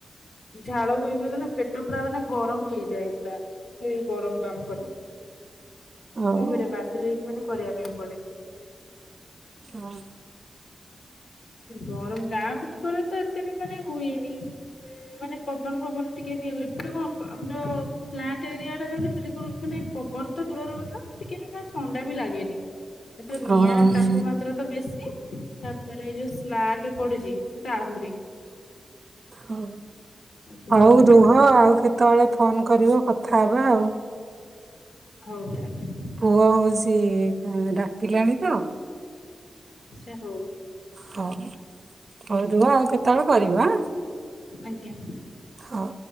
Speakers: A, on the left (about 65°); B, on the right (about 50°).
A: ଝାଳ ବୋହି <unintelligible> ନା ପେଟ ପୁରା ମାନେ ଗରମ ହେଇଯାଏ ପୁରା ସେ ଗରମ ବାମ୍ଫରେ, କଣ
B: ଆଉ
A: କରିବା ବାଧ୍ୟ ହେଇକି ମାନେ କରିବା ପାଇଁ ପଡେ।
B: ହଁ।
A: ଗରମ। ଗାଁମାନଙ୍କରେ ତ ଏତେ ବି ମାନେ ହୁଏନି, ମାନେ ପବନ, ପବନ ଟିକେ ହୁଏ। ଏପଟେ କଣ ଆମର ଫ୍ଲାଟ ଏରିଆ ବିଲକୁଲ ମାନେ ପବନ ତ ଦୂର କଥା ଟିକେ ବି ଥଣ୍ଡା ବି ଲାଗେନି। ଏଥର ନିଆଁ
B: ହଁ।
A: ତାପମାତ୍ରା ତ ବେଶୀ ତାପରେ ଯୋଉ ସ୍ଲାଗ ପଡୁଛି ସେ ତ ଆହୁରି,
B: ହ
A: ଅଧିକ
B: ଆଉ ରୁହ, ଆଉ କେତେବେଳେ ଫୋନ କରିବ କଥା ହବା ଆଉ?
A: ହଉ ତାହେଲେ।
B: ପୁଅ ହଉଛି ଡାକିଲାଣି ତ,
A: ଆଚ୍ଛା ହଉ।
B: ହଉ, ହଉ ରୁହ ଆଉ କେତେବେଳେ କରିବ ଆଁ?
A: ଆଜ୍ଞା।
B: ହଉ।